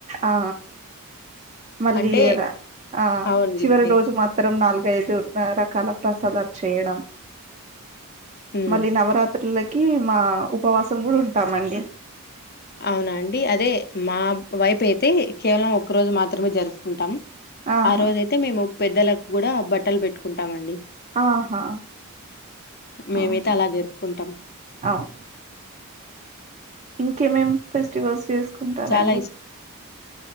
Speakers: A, on the right; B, on the left.
A: ఆ మళ్ళీ
B: అంటే
A: ఆ
B: అవునండి.
A: చివరి రోజు మాత్రం నాలుగు ఐదు న్నర కల్లా ప్రసాదం చేయడం
B: హ్మ్.
A: మళ్ళీ నవరాత్రిలో కి మా ఉపవాసం కూడా ఉంటామండి
B: అవునా అండి అదే మా వైపు అయి అయితే కేవలం ఒక రోజు మాత్రమే జరుపుకుంటాం.
A: ఆహా
B: ఆ రోజ అయితే మేము పెద్దలకు కూడా బట్టలు పెట్టుకుంటామండి.
A: ఆహా
B: మేమైతే
A: అవునా
B: అలా జరుపుకుంటం.
A: అవునా ఇంకేమేం ఫెస్టివల్స్ చేసుకుంటారండి.
B: చాలా